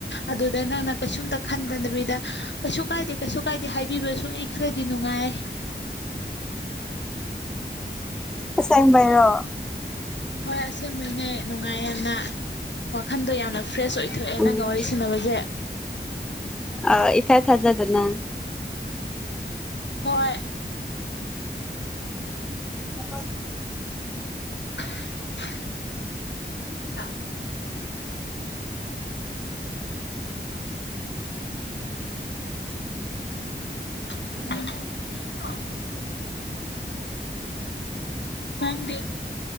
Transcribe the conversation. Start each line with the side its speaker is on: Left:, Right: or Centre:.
Left: ꯑꯗꯨꯗ ꯅꯪꯅ ꯀꯩꯁꯨꯝꯇ ꯈꯟꯗꯗꯕꯤꯗ ꯀꯩꯁꯨ ꯀꯥꯏꯗꯦ ꯀꯩ ꯀꯥꯏꯗꯦ ꯍꯥꯏꯕꯤꯕꯁꯨ ꯑꯩ ꯈꯔꯗꯤ ꯅꯨꯡꯉꯥꯏ
Centre: ꯑꯁꯦꯡꯕꯥꯏꯔꯣ
Left: ꯍꯣꯏ ꯑꯁꯦꯡꯕꯩꯅꯦ ꯅꯨꯡꯉꯥꯏ ꯌꯥꯝꯅ ꯋꯥꯈꯟꯗꯣ ꯌꯥꯝꯅ ꯐ꯭ꯔꯦꯁ ꯑꯣꯏꯊꯣꯛꯑꯦ
Centre: ꯎꯝ
Left: ꯅꯪꯒ ꯋꯥꯔꯤ ꯁꯥꯟꯅꯕꯁꯦ
Centre: ꯑ ꯏꯊꯦ ꯊꯖꯗꯅ
Left: ꯍꯣꯏ
Centre: ꯍ
Left: <unintelligible> <inaudible> <inaudible> ꯅꯪꯗꯤ